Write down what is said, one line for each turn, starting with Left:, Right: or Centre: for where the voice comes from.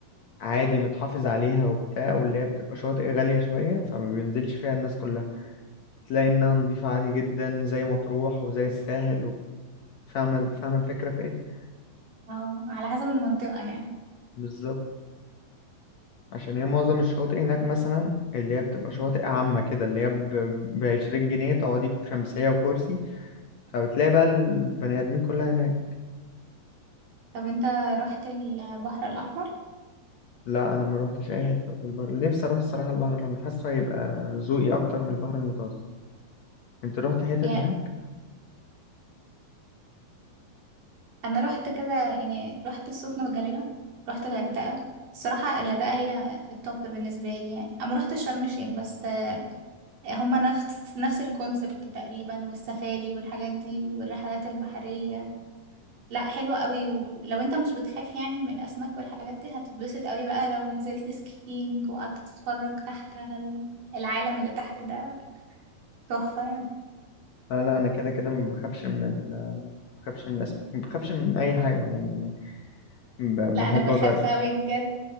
Left: عادي متحافظ عليها وبتاع واللي هي بتبقى شواطئ غالية شوية فما بينزلش فيها الناس كلها تلاقي انها نضيفة عادي جدا زي مطروح وزي الساحل و- فاهمة فاهمة الفكرة في ايه
Right: اه على حسب المنطقة يعني
Left: بالظبط عشان هي معظم الشواطئ هناك مثلا اللي هي بتبقى شواطئ عامة كده اللي هي بعشرين جنيه تقعدي بشمسية وكرسي فبتلاقي بقى البني آدمين كلها هناك
Right: طب انت رحت البحر الأحمر؟
Left: لا أنا ما روحتش أي حتة في البحر نفسي أروح الصراحة البحر الأحمر حاسه هيبقى ذوقي أكتر من البحر المتوسط أنت روحت حتت
Right: يعني
Left: هناك؟
Right: انا رحت كده يعني رحت السخنه والجليله رحت الغردقه الصراحه الغردقه هي التوب بالنسبه لي يعني انا ما رحت شرم الشيخ بس هما نفس نفس الكونسبت تقريبا والسفاري والحاجات دي والرحلات البحريه لا حلوه قوي ولو انت مش بتخاف يعني من الاسماك والحاجات دي هتتبسط قوي بقى لو نزلت سكينج وقعدت تتفرج تحت على ال- العالم اللي تحت ده تحفه يعني
Left: لا لا أنا كده كده ما بخافش من ال ما بخافش من الأسماك ما بخافش من أي حاجة عموما يعني ب-
Right: لا
Left: بحب
Right: انا بخاف
Left: أجرب
Right: قوي بجد